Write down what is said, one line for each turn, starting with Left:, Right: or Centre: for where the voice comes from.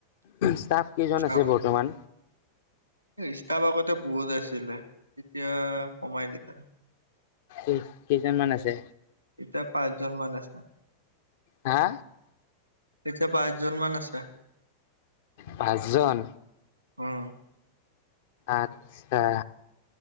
Left: স্তাফ কেইজন আছে
Right: আম
Left: বৰ্তমান।
Right: ষ্টাফ আগতে বহুত আছিলে এতিয়া কমাই দিলে।
Left: এই কেইজনমান আছে।
Right: এতিয়া পাঁচজন মান আছে।
Left: হা
Right: এতিয়া পাঁচজন মান আছে।
Left: পাঁচজন।
Right: উম
Left: আতচ্ছা